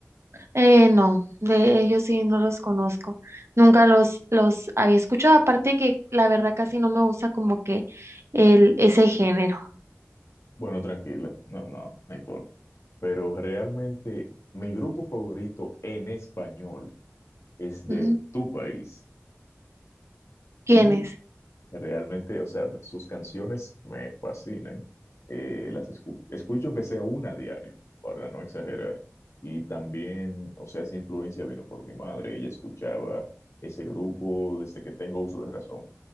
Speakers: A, on the right; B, on the left.
A: eh, no, de ellos sí no los conozco. Nunca los, los había escuchado, aparte que la verdad casi no me gusta como que el, ese género.
B: Bueno, tranquila, no, no, no importa. Pero realmente mi grupo favorito en español es de
A: Ujú.
B: Tu País
A: ¿Quién
B: y
A: es?
B: realmente, o sea, sus canciones me fascinan. Eh, las escu- escucho aunque sea una a diario, para no exagerar. Y también, o sea, esa influencia vino por mi madre. Ella escuchaba ese grupo desde que tengo uso de razón.